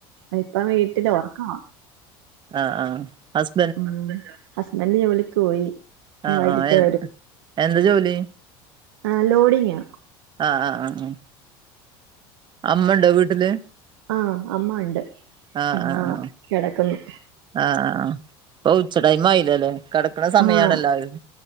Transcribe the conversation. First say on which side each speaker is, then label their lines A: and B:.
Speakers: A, on the right; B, on the right.
A: അഇപ്പം വീട്ടില് ഒർക്കവാ
B: ആഹ് ആഹ് ഹസ്
A: ഉം ഹസ്ബൻഡ് ജോലിക്ക് പോയി ആ,
B: ആഹ്
A: വൈകിട്ടേ
B: ആഹ് എ
A: വരൂ
B: എന്താ ജോലി
A: ആഹ് ലോഡിങ്ങാ
B: ആഹ് ആഹ് ആഹ് ആഹ് അമ്മണ്ടോ വീട്ടില്
A: ആഹ് അമ്മ ഇണ്ട്
B: ആ
A: അമ്മ
B: ആ ആ
A: കെടക്കുന്നു
B: ആഹ് ഇപ്പൊ ഉച്ചടൈം ആയില്ലല്ലേ കടക്ക്ണ സമയാണെല്ലാരും.
A: ആഹ്